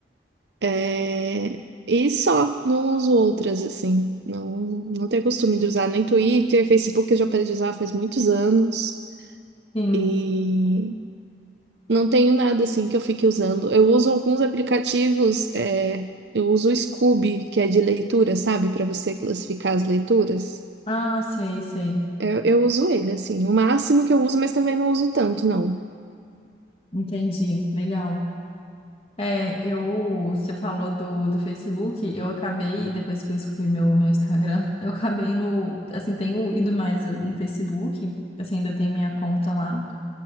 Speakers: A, on the right; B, on the left.
A: É, E só, não uso outras, assim. Não, não tenho costume de usar nem Twitter, Facebook eu já parei de usar faz muitos anos.
B: Sim.
A: e Não tenho nada assim que eu fique usando. Eu uso alguns aplicativos, é, eu uso o Scoob, que é de leitura, sabe? Para você classificar as leituras.
B: Ah, sei, sei.
A: Eu, eu uso ele, assim, o máximo que eu uso, mas também não uso tanto, não.
B: Entendi. Legal. É, eu, você falou do, do Facebook, eu acabei, depois que eu excluí meu, meu Instagram, <laughs> eu acabei no, assim, tenho ido mais no Facebook, assim, ainda tem minha conta lá.